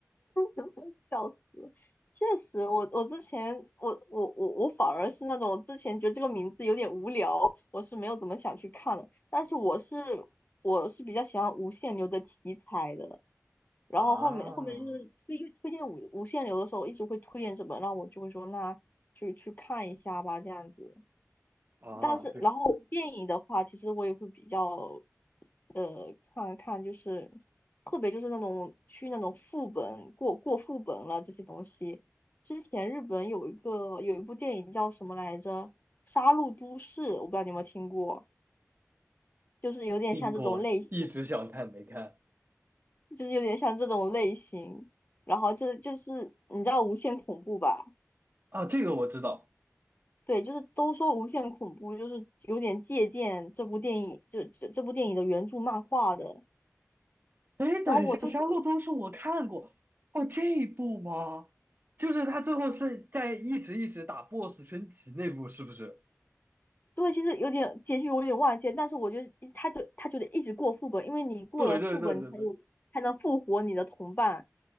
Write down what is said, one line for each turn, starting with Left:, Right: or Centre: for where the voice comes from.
Left: <laughs> 笑死！确实，我我之前我我我我反而是那种，我之前觉得这个名字有点无聊，我是没有怎么想去看的。但是我是我是比较喜欢无限流的题材的，然后后面后面就是推推荐无无限流的时候，
Right: 啊
Left: 一直会推荐这本，然后我就会说那去去看一下吧，这样子。
Right: 啊，
Left: 但是然后电影的话，
Right: 是
Left: 其实我也会比较呃看看，就是特别就是那种去那种副本过过副本了这些东西。之前日本有一个有一部电影叫什么来着，《杀戮都市》，我不知道你有没有听过，就是有点像这种类型。
Right: 听过，一直想看没看
Left: 就是有点像这种类型。然后这就是你知道《无限恐怖》吧？
Right: 啊，这个我知道。
Left: 对，就是都说《无限恐怖》就是有点借鉴这部电影，就这这部电影的原著漫画的。
Right: 哎，等一下，
Left: 然后我就是
Right: 《杀戮都市》我看过，哦，这一部吗？就是他最后是在一直一直打 BOSS 升级那部，是不是？
Left: 对，其实有点结局我有点忘记了但是我觉得他就他就得一直过副本，因为你过了副本，
Right: 对对对对对，
Left: 你才有才能复活你的同伴。